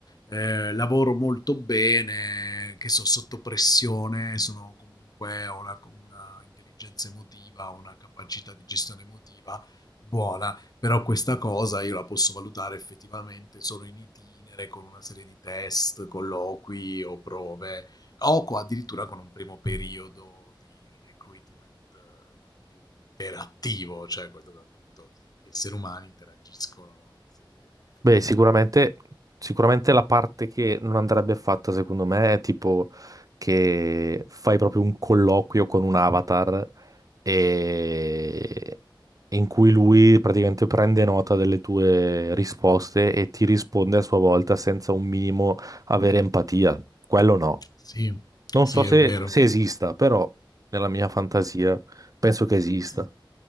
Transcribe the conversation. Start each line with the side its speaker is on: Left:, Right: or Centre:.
Left: eh, lavoro molto bene, che so, sotto pressione, sono comunque ho una, una intelligenza emotiva, una capacità di gestione emotiva buona però questa cosa io la posso valutare effettivamente solo in itinere, con una serie di test, colloqui o prove, o co- addirittura con un primo periodo di recruitment eh, più interattivo, cioè que- dove appunto gli esseri umani interagiscono, no? Se- effettivamente.
Right: Beh, sicuramente, sicuramente la parte che non andrebbe fatta, secondo me, è tipo che fai proprio un colloquio con un avatar e... in cui lui praticamente prende nota delle tue risposte e ti risponde a sua volta senza un minimo avere empatia. Quello no.
Left: Sì,
Right: Non
Left: sì,
Right: so se,
Left: è vero.
Right: se esista, però nella mia fantasia penso che esista.
Left: Sì.